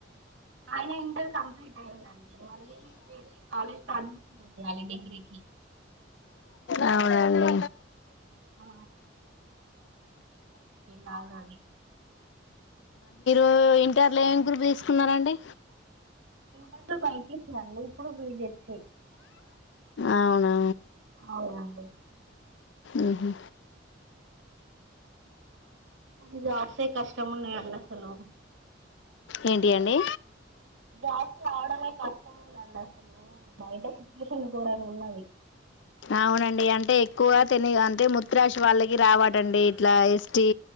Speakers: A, on the right; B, on the left.
A: ఆయన ఇంటర్ కంప్లీట్ అయిందండి మళ్ళీ వేరే కాలేజ్ లో అడ్మిషన్ ఏపీయాలి డిగ్రీకి
B: అవునండి
A: ఆ నాలు అది
B: ఓ ఇంటర్ లో ఎం గ్రూప్ తీసుకున్నారండి
A: ఇంటర్లో బైపిసిఅండి ఇప్పుడు బిజడ్సి
B: అవునా
A: అవునండీ
B: అహు
A: అది జాబ్సే కష్టం ఉన్నాయండి అసలు
B: ఏం టి అండి
A: జాబ్స్ రావడమే కష్టముందండి అసలు బయట సిచ్యువేషన్ గోరంగా ఉన్నది
B: అవునండి అంటే ఎక్కువ తని అంటే ముత్త్రాశ వాళ్ళకి రావటండి ఇట్లా ఎస్టి